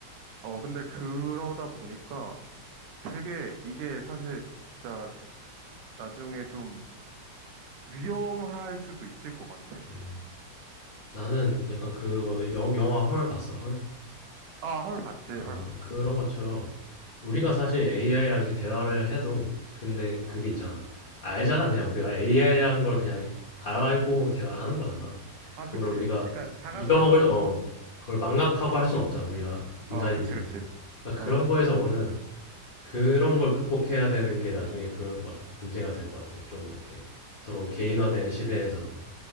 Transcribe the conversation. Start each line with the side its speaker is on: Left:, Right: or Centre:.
Right: 어, 근데 그러다 보니까 되게 이게 사실 진짜 나중에 좀 위험할 수도 있을 것 같아.
Left: 음. 나는 약간 그거 영 영화 헐 봤어, 헐?
Right: 아, 헐, 봤지,
Left: 아,
Right: 헐, 봤지.
Left: 그런 것처럼 우리가
Right: 어,
Left: 사실 AI랑 이렇게 대화를 해도 근데 그게
Right: 어.
Left: 있잖아. 알잖아. 그냥 우리가 AI란 걸 그냥 알고 대화를 하는 거잖아.
Right: 아,
Left: 그거를
Right: 그치.
Left: 우리가
Right: 그러니까 자각을
Left: 잊어먹을
Right: 하고 하는
Left: 어
Right: 거지.
Left: 그걸 망각하고
Right: 어,
Left: 할 순 없잖아. 우리가 인간이기
Right: 어, 그치,
Left: 때문에.
Right: 그치.
Left: 그러니까
Right: 어,
Left: 그런 거에서 오는 그런 걸 극복해야 되는 게 나중에 그 막 문제가 될 것 같아. 좀 이렇게 서로 개인화된 시대에서